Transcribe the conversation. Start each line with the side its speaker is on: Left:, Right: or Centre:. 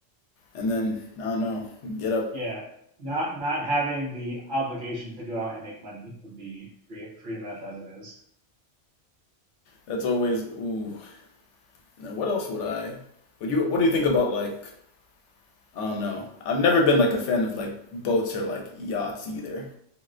Left: and then I don't know, get up.
Right: Yeah, not not having the obligation to go out and make money would be free, freedom enough as it is.
Left: That's always ooh, And then what else would I? Would you? What do you think about like? I don't know. I've never been like a fan of like boats or like yachts either.